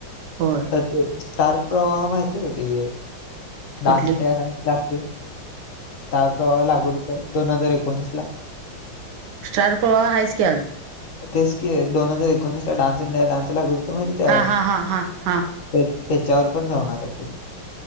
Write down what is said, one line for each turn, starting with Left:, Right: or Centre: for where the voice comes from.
Right: होय.
Left: तर ते स्टार प्रवाहा माहिती का ते डान्स
Right: कुठली
Left: इंडिया ना डान्स लागते स्टार प्रवाहवर लागत होत दोन हजार एकोणीसला
Right: स्टार प्रवाह हायचं की अजून.
Left: तेच की दोन हजार एकोणीसला डान्स इंडिया डान्स लागत होत माहिती त्यावर.
Right: हा हा हा हा हा
Left: ते त्याच्यावर पण जाऊन आल्यात तेन.